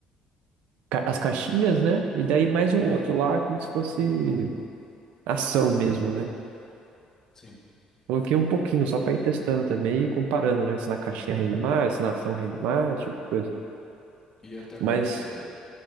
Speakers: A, on the right; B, on the left.
A: Ca- As caixinhas, né? E daí mais um outro lá, como se fosse ação mesmo, né?
B: Sim.
A: Coloquei um pouquinho só para ir testando também e comparando, né? Se na caixinha rende mais, se na ação rende mais, esse tipo de coisa.
B: E até agora,
A: Mas
B: você